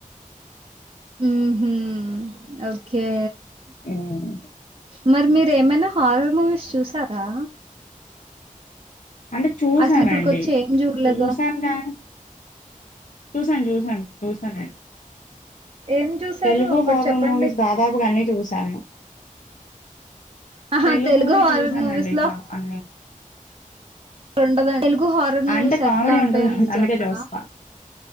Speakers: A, on the right (about 40°); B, on the left (about 65°).
A: ఉహు ఓకే
B: హ్మ్
A: మరి మీరేమైనా హారర్ మూవీస్ చూసారా
B: అంటె చూసానండి
A: అసలు ఇప్పటికొచ్చి ఏం చూడలేదా
B: చూసాను కానీ చూ చూసాను చూసాను చూసానండి
A: ఏం చూసారు
B: తెలుగు
A: ఒకటి
B: హారర్
A: చెప్పండి
B: మూవీస్ దాదాపుగాన్నీ చూశాను
A: ఆహా,
B: తెలుగువి
A: తెలుగు హారర్
B: చూసానండి
A: మూవీస్
B: చ అన్నీ
A: రెండ తెలుగు హారర్ మూవీస్
B: అంటే కామెడీ
A: ఎట్లా ఉంటాయో
B: ఉంటది కాబట్టి
A: నేను
B: అందుకే
A: చెప్పనా
B: చూస్తా